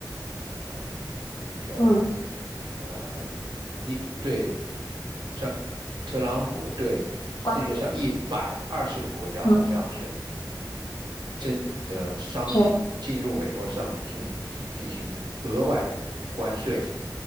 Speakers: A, on the right (about 80°); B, on the left (about 65°).
A: 啊、那个
B: 嗯，
A: 呃，你对上特朗普对世界上一百二十个国家好像是。
B: 关税的，嗯，
A: 身的商品进入美国的商品进进行额外的关税，
B: 是，